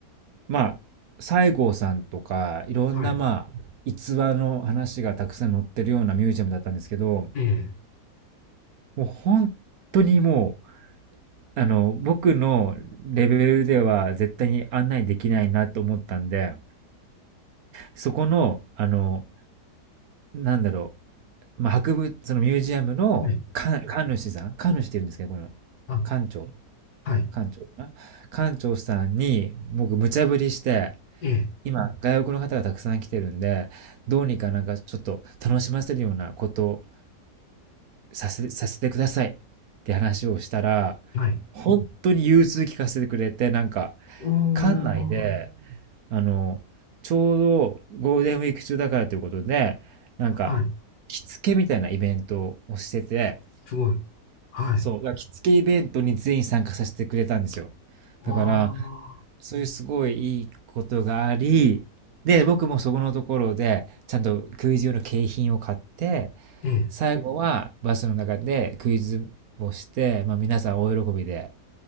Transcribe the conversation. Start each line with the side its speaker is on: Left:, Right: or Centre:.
Right: まあ、西郷さんとか、いろんな、
Left: はい、
Right: まあ、逸話の話がたくさん載ってるようなミュージアムだったんですけど、
Left: ええ、
Right: もう本当にもう、あの、僕のレベルでは絶対に案内できないなと思ったんで、そこの、あの、なんだろう、まあ、博物、そのミュージアムの館、
Left: はい、
Right: 館主さん、館主って言うんですけど、この、
Left: あ、
Right: 館長、
Left: はい、
Right: 館長かな館長さんに、僕、無茶ぶりして、
Left: ええ、
Right: 今、外国の方がたくさん来てるんで、どうにかなんかちょっと楽しませるようなことをさせ、させてくださいって話をしたら、
Left: はい。
Right: 本当に融通聞かせてくれて、なんか、
Left: お
Right: 館内で、
Left: ー、
Right: あの、ちょうどゴールデンウィーク中だからということで、なんか、
Left: はい、
Right: 着付けみたいなイベントをしてて、
Left: すごい。はい、
Right: そう、だから着付けイベントに全員参加させてくれたんですよ。
Left: ああ
Right: だから、そういうすごいいいことがあり、で、僕もそこのところで、ちゃんとクイズ用の景品を買って、
Left: ええ、
Right: 最後はバスの中でクイズをして、まあ皆さん大喜びで